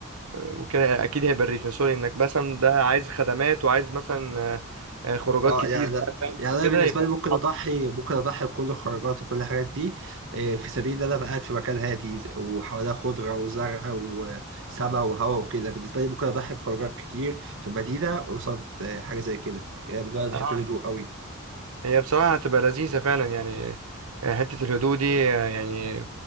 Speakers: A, on the right (about 80°); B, on the right (about 60°).
A: وكده اكيد هيبقى الريفنسوري انك مثلا ده عايز خدمات وعايز مثلا آه، آه، خروجات
B: اه
A: كتير
B: يعني ده
A: بقى فاهم؟
B: يعني
A: وكده
B: انا بالنسبه
A: يبقى
B: لي ممكن
A: خطر.
B: اضحي ممكن اضحي بكل الخروجات وكل الحاجات دي آه، في سبيل ان انا ابقى قاعد في مكان هادي ز- وحواليها خضره وزرع وسماء وهواء وكده بالنسبه لي ممكن اضحي بخروجات كتير في المدينه قصاد آه، حاجه زي كده يعني بالنسبه لي أنا بحب
A: آه،
B: الهدوء قوي
A: هي بصراحة هتبقى لذيذة فعلا يعني آه، حتة الهدوء دي آه، يعني